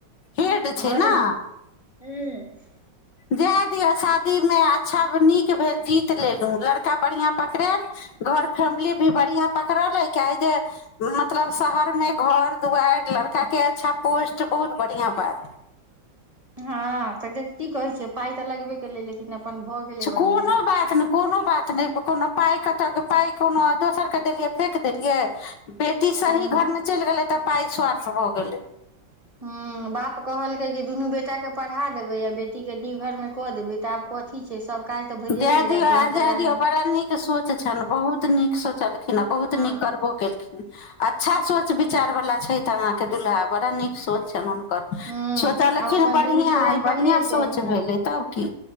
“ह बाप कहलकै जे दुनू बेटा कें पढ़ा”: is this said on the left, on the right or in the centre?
Right